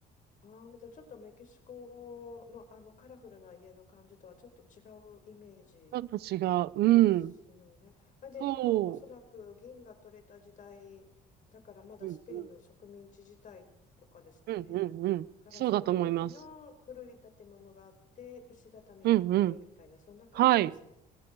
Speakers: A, on the left (about 50°); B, on the right (about 70°).
A: あーじゃあちょっとメキシコの、あのカラフルな家の感じとはちょっと違うイメージ
B: ちょっと違う。うん。
A: ですよね。まあ、で多分おそらく銀が取れた時代だからまだスペインの植民地時代とかですかね。
B: そう。うんうん。うんうんうん。
A: だからその時の古い建物があって石畳があってみたいなそんな感じですね。
B: そうだと思います。うんうん。はい。